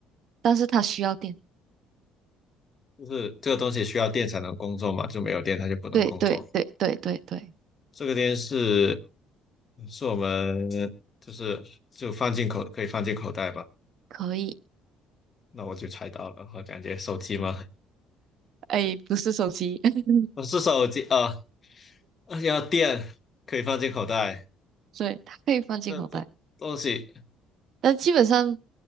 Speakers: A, on the right (about 50°); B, on the left (about 25°).
A: 但是它需要电。
B: 就是这个东西需要电才能工作嘛，就没有电它就不能工作。
A: 对对对对对对，
B: 这个电视是我们就是就放进口可以放进口袋吧？
A: 可以。
B: 那我就猜到了，我感觉手机吗？
A: 哎，不是手机，<laughs>
B: 哦是手机啊，呃要电可以放进口袋，
A: 对，它可以放进口袋，
B: 这东东西
A: 但基本上